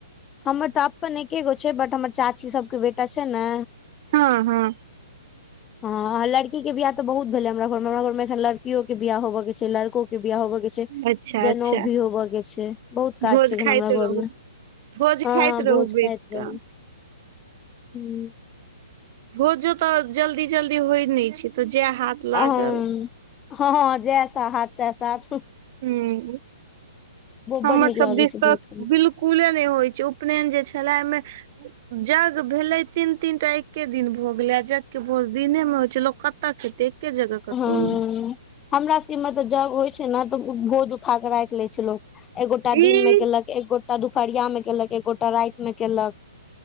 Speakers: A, on the left (about 15°); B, on the right (about 40°).
A: हमर तऽ अप्पन एके गो छै बट हमर चाची सबके बेटा छै ने।
B: हॅं हॅं।
A: हॅं लड़की के बियाह तऽ बहुत भेल ए हमरा घर मे, हमरा घर मे एखन लड़कियो के बियाह होबऽ के छै लड़को के बियाह होबऽ के छै।
B: अच्छा
A: जनऊ
B: अच्छा
A: भी होबऽ के छै बहुत काज
B: भोज
A: छै एखन
B: खाइत
A: हमरा
B: रहू
A: घर मे।
B: भोज
A: हाँ
B: खाइत रहू
A: भोज खाइत
B: बैस
A: रहूं
B: कऽ
A: हूं।
B: भोजो तऽ जल्दी जल्दी होय नै छैय तऽ जेह हाथ।
A: हाँ
B: लागल
A: हाँ जैह हाथ सैह साथ।
B: हूं हमर
A: बड़ नीक
B: सब
A: लागै
B: दिश
A: छै
B: तऽ
A: भोज खाय मे
B: बिल। कूले नहि होइत छै उपेनेन जे छलै एहिमे। जग भेलै तीन तीन टा एके दिन भो गेलै यग के भोज दिने मे होइ छैय लोक कतऽ खेतै। एके जगह
A: हँ
B: कतहु न।
A: हमरा सबके मे तऽ जग होइ छैय ने तऽ भोज उठा कऽ राखि लै छैय लोग। एक गोटा दिन
B: ई
A: में केलक एक गोटा दुपहरिया में केलक एक गोटा रात में केलक।